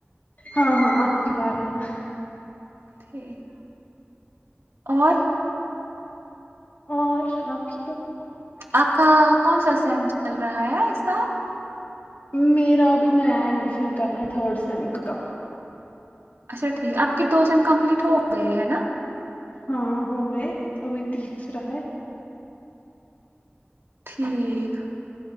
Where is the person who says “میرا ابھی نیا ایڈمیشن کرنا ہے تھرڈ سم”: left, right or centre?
Left